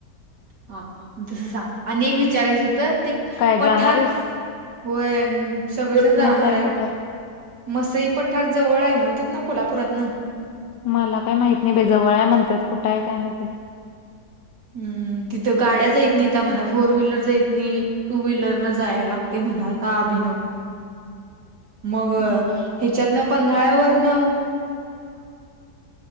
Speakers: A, on the right (about 70°); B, on the left (about 75°).
A: हा म तस सांग आणि एक विचारायचं होत ते
B: काय
A: पठार
B: जाणार आहेस
A: होय सगळेजण जाणार
B: मसाई
A: आहे
B: पठार
A: मसई पठार जवळय नव्ह ना कोल्हापुरात न
B: मला काय माहित नाही बी जवळय म्हणतात कुठंय काय माहित ते
A: हम् तिथं गाड्या जा येत नाही त्या मणा फोर व्हीलर जाय मी टू व्हीलर न जाय लागतेय म्हणाल ता अभिनव मग ह्याच्यात
B: हम्म,
A: न पन्हाळ्यावरून